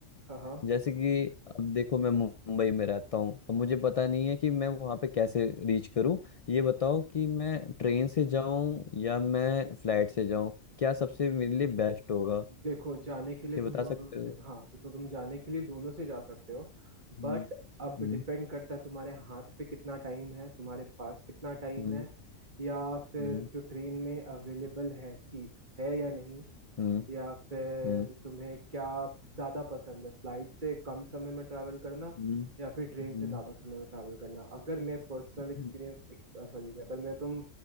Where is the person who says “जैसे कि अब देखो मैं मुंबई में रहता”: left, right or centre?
Left